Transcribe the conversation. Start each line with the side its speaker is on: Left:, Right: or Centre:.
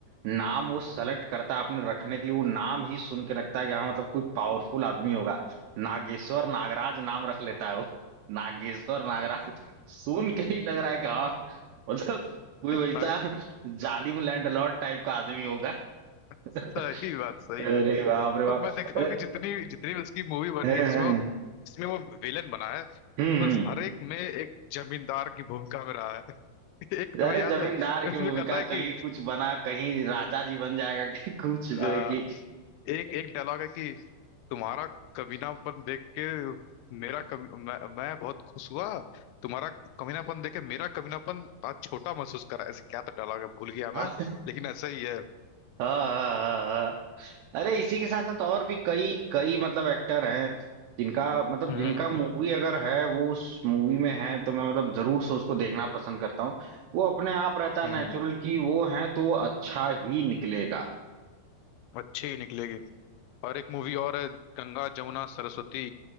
Right: नाम वो सेलेक्ट करता है अपने रखने के लिए वो नाम ही सुन के रखता है कि हाँ मतलब कोई पावरफुल आदमी होगा नागेश्वर नागराज नाम रख लेता है वो नागेश्वर नागराज सुन के ही लग रहा है कि हाँ मतलब कोई
Left: <laughs>
Right: वैसा
Left: ना-
Right: जालिम लैंडलॉर्ड टाइप का आदमी होगा <laughs>
Left: सही बात सही
Right: अरे
Left: बात
Right: बाप रे बाप
Left: और मैं देखा
Right: अ-
Left: हूँ कि जितनी जितनी भी उसकी मूवी बनी
Right: हम्म
Left: है जिसमें वो जिसमें वो विलेन बना है
Right: हम्म।
Left: उसमें हर एक में एक जमींदार की भूमिका में रहा है <laughs> एक तुम्हें
Right: अरे
Left: याद
Right: जमींदार
Left: है
Right: की
Left: उसमें
Right: भूमिका
Left: कहता है
Right: कहीं
Left: कि
Right: कुछ बना कहीं राजा जी बन जाएगा कहीं कुछ जो
Left: अ,
Right: है कि
Left: एक एक डायलॉग है कि तुम्हारा कमीनापन देख के मेरा कमी मैं, मैं बहुत खुश हुआ तुम्हारा कमीनापन देख के मेरा कमीनापन आज छोटा महसूस करा ऐसे क्या तो डायलॉग है भूल गया
Right: <laughs>
Left: मैं
Right: हाँ
Left: लेकिन ऐसा ही है
Right: हाँ हाँ हाँ। अरे इसी के साथ साथ और भी कई कई मतलब एक्टर हैं जिनका मतलब
Left: हम्म
Right: जिनका मूवी अगर है वो उस मूवी में है तो मैं मतलब जरूर से उसको देखना पसंद करता हूँ वो अपने आप रहता है
Left: हम्म
Right: नेचुरल कि वो है तो वो अच्छा ही निकलेगा
Left: अच्छी ही निकलेगी और एक मूवी और है गंगा जमुना सरस्वती